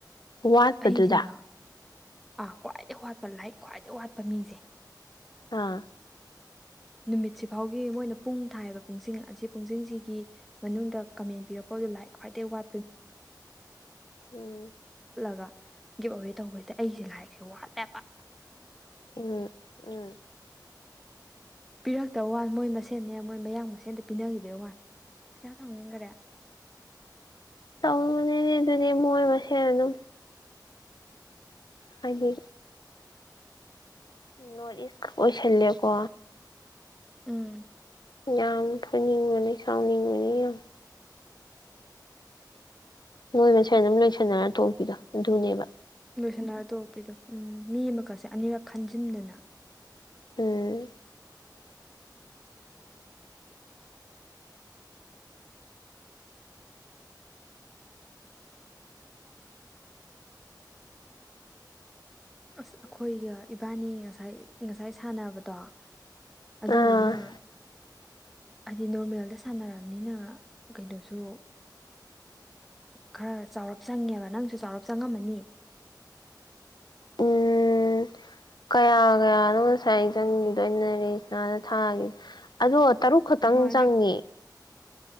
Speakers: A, on the left; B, in the centre.
A: ꯋꯥꯠꯄꯗꯨꯗ
B: ꯑꯩꯁꯤꯅ ꯑꯥ ꯈ꯭ꯋꯥꯏꯗꯒꯤꯩ ꯋꯥꯠꯄ ꯂꯥꯏꯛ ꯈ꯭ꯋꯥꯏꯗꯩ ꯋꯥꯠꯄ ꯃꯤꯁꯦ
A: ꯍꯥꯥ
B: ꯅꯨꯃꯤꯠꯁꯤ ꯐꯥꯎꯒꯤ ꯃꯣꯏꯅ ꯄꯨꯡ ꯊꯥꯏꯕ ꯄꯨꯡꯁꯤꯡ ꯑꯁꯤ ꯄꯨꯡꯁꯤꯡꯁꯤꯒꯤ ꯃꯅꯨꯡꯗ ꯀꯃꯦꯟ ꯄꯤꯔꯛꯄ ꯈꯠꯄ
A: ꯎꯝ
B: ꯈ ꯒꯤꯞ ꯑꯋꯦ ꯇꯧꯕꯁꯤꯁꯦ ꯑꯩꯁꯦ ꯂꯥꯏꯔꯤꯛꯁꯦ ꯋꯥꯠꯂꯦꯕ
A: ꯎꯝ ꯎꯝ
B: ꯄꯤꯔꯛꯇꯕ ꯋꯥꯅꯤ ꯃꯣꯏ ꯃꯁꯦꯟꯅꯦ ꯃꯣꯏ ꯃꯌꯥꯡ ꯃꯁꯦꯟꯗ ꯄꯤꯅꯈꯤꯕꯩ ꯋꯥꯅꯤ ꯀꯌꯥ ꯊꯥꯡꯅꯤꯡꯈꯔꯦ
A: ꯇꯧꯅꯤꯅꯦ ꯑꯗꯨꯅꯦ ꯃꯣꯏ ꯃꯁꯦꯟ ꯑꯗꯨꯝ ꯍꯥꯏꯦ ꯅꯣꯔꯠ ꯏꯁ ꯑꯣꯏꯣꯏꯁꯟꯂꯦꯀꯣ
B: ꯎꯝ
A: ꯌꯥꯝ ꯐꯨꯅꯤꯡꯕꯅꯤ ꯁꯥꯎꯅꯤꯡꯕꯅꯤ ꯌꯥꯝ ꯅꯣꯏ ꯃꯁꯦꯟ ꯑꯗꯨꯝ ꯂꯣꯏꯁꯟꯅꯔ ꯇꯣꯛꯄꯤꯗꯣ ꯑꯗꯨꯅꯦꯕ
B: ꯇꯁꯟꯅꯔ ꯇꯄꯤꯗꯣ ꯎꯝ ꯃꯤ ꯑꯃꯈꯛꯁꯦ ꯑꯅꯤꯔꯛ ꯈꯟꯖꯤꯟꯗꯅ
A: ꯎꯝ
B: ꯑꯁ ꯑꯩꯈꯣꯏꯒ ꯏꯄꯥꯅꯤ ꯉꯁꯥꯏ ꯉꯁꯥꯏ ꯁꯥꯟꯅꯕꯗꯣ ꯑꯗꯨꯗꯨꯅ
A: ꯑꯥ
B: ꯍꯥꯏꯗꯤ ꯅꯣꯔꯃꯦꯜꯗ ꯁꯥꯟꯅꯔꯕꯅꯤꯅ ꯀꯩꯅꯣꯁꯨ ꯈꯔ ꯆꯥꯎꯔꯞ ꯆꯪꯉꯦꯕ ꯅꯪꯁꯨ ꯆꯥꯎꯔꯞ ꯆꯪꯉꯝꯃꯅꯤ
A: ꯎꯝ ꯀꯌꯥ ꯀꯌꯥꯅꯣ ꯉꯁꯥꯏ ꯑ ꯆꯪꯈꯤꯗꯩꯅ ꯔꯦꯁꯅꯥꯅ ꯊꯥꯈꯤ ꯑꯗ ꯇꯔꯨꯛ ꯈꯛꯇꯪ
B: ꯍꯣꯏ
A: ꯆꯪꯉꯦ
B: ꯑꯗꯨ